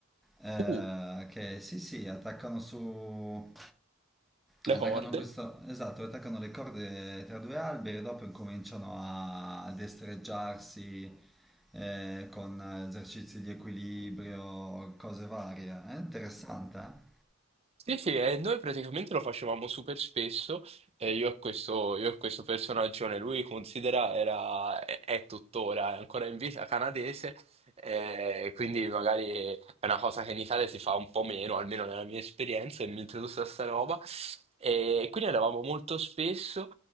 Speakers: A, in the centre; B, on the right.
A: eh,
B: Uh,
A: che sì, sì, attaccano su... Attaccano
B: le corde.
A: questo, esatto, attaccano le corde tra due alberi e dopo incominciano a destreggiarsi eh, con esercizi di equilibrio, cose varie. È Ah, interessante, eh?
B: Sì, sì, e noi praticamente lo facevamo super spesso, eh, io e questo, io e questo personaggione, lui considera, era, è, è tuttora, è ancora in vita canadese, eh, quindi magari è una cosa che in Italia si fa un po' meno, almeno nella mia esperienza, e mi introdusse a sta roba, e quindi andavamo molto spesso,